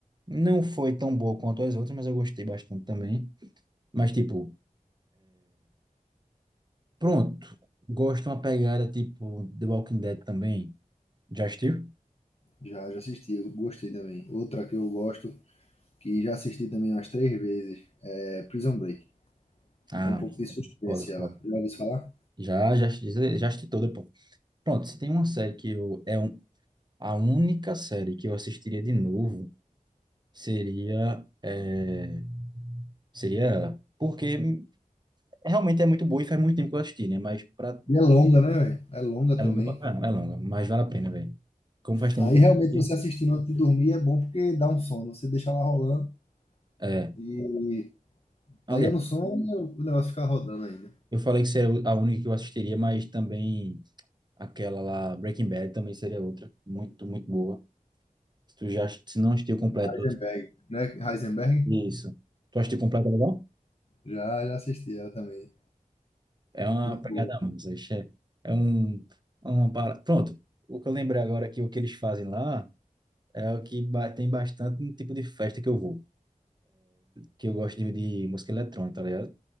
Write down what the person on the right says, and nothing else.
não foi tão boa quanto as outras, mas eu gostei bastante também. Mas, tipo, pronto, gosto de uma pegada tipo The Walking Dead também. Já assistiu?
Ah,
foda,
foda.
Já, já, assisti- já assisti toda, pô. Pronto, se tem uma série que eu, é um, A única série que eu assistiria de novo seria é, seria ela. Porque realmente é muito boa e faz muito tempo que eu assisti, né? Mas pra...
é longa pra caramba, é longa, mas vale a pena, velho. Como faz tempo
que
eu
assisti.
É.
Aliás,
eu falei que seria a única que eu assistiria, mas também aquela lá, Breaking Bad, também seria outra. Muito, muito boa. Se tu já se não assistiu completo,
isso. Tu assistiu completo legal?
É uma
pegada
a mais. Isso É, é um, é uma para... Pronto, o que eu lembrei agora que o que eles fazem lá é o que ba- tem bastante no tipo de festa que eu vou, que eu gosto de, de música eletrônica, tá ligado?